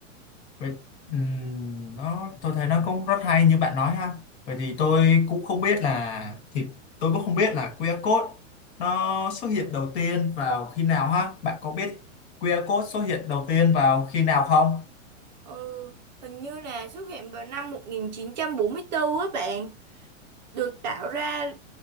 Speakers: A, on the left; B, on the right.
A: Vậy ừm, nó tôi thấy nó cũng rất hay như bạn nói ha. Vậy thì tôi cũng không biết là thì tôi cũng không biết là QR code nó xuất hiện đầu tiên vào khi nào ha. Bạn có biết QR code xuất hiện đầu tiên vào khi nào không?
B: ừ hình như là xuất hiện vào năm 1944 á bạn được tạo ra